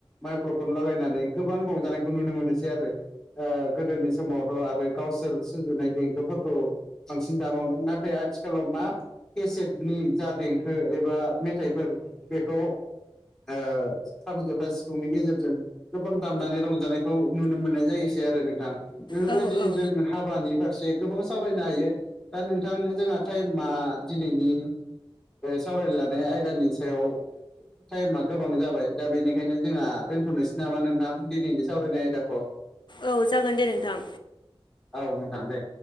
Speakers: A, in the centre; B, on the left (about 50°).
A: माइक्र'फन लागायनानै गोबां रंजानायखौ नुनो मोनोसै आरो। गोदोनि समावथ' आरो गावसोर सुजुनाय देंखोफोरखौ बांसिन दामोन नाथाय आथिखालाव मा केसेटनि जा देंखो एबा मेथाइफोर बेखौ खाम जथा सिफुंनि गेजेरजों गोबां दामनानै रंजानायखौ नुनो मोननाय जायोसै आरो नोंथां बेफोरबायदिनो
B: औ औ
A: जोङो हाबानि फारसे गोबां सावरायनो हायो दा नोंथां जोंहा टाइमा दिनैनि सावरायनो लानाय आयदानि सायाव टाइमा गोबां जाबाय दा बेनिखायनो जोंहा दोनथ'नोसै नामा नोंथां दिनैनि सावरायनाय आयदाखौ?
B: औ जागोन दे नोंथां।
A: औ नोंथां दे।